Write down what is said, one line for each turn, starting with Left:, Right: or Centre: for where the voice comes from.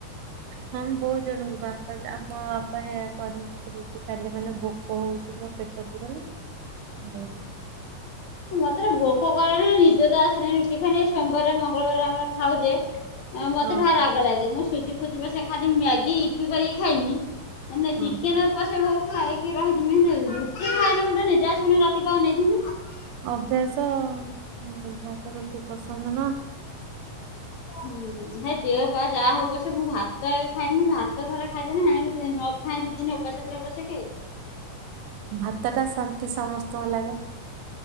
Right: ହଁ ବହୁତ ଜଣଙ୍କୁ ବାପା ଆମ ବାପା ହେଇଆ କହନ୍ତି ମତେ ରୁଟି ଖାଇଲେ ମାନେ ଭୋକ ଭୋକ ହଉଚି ମୋ ପେଟ ପୁରୁନି ମୁଁ
Left: ମତେରେ ଭୋକ କରେନି ନିଦେ ତ ଆସେନି ରୁଟି ଖାଇ ସୋମବାରରେ ମଙ୍ଗଳବାରରେ ଆମର ଖାଉ ଯେ। ମତେ
Right: ହଁ
Left: ଭାରି ରାଗ ଲାଗେ ମୁଁ ସୁଜି ଫୁଜି ପଛେ ଖାଇଦେବି ମ୍ୟାଗି ଇପି କରିକି ଖାଇମି <unintelligible>
Right: ହଁ
Left: ଖାଇକି ରହିଯିବି ହେଲେ ରୁଟି ଖାଇଲେ ମୋତେ ନିଦ ଆସିବନି ରାତି ପାହା ଆନେଇଥିବି
Right: ଅଭ୍ୟାସ ଅ <unintelligible> ରୁଟି ପସନ୍ଦ ନା
Left: ହୁଁ ଉଁ ହେ ଦେହ ପା ଯାହା ହବ ସେ ମୁଁ ଭାତଆଗେ ଖାଇମି ଭାତ ଥରେ ଖାଇଦେନି ହେଣିକ ତ ନ ଖାଇଁ ଦି ଦିନ ଓପାସେ ରୁହେ ପଛକେ।
Right: ଭାତ ଟା ଶାନ୍ତି ସମସ୍ତଙ୍କୁ ଲାଗେ।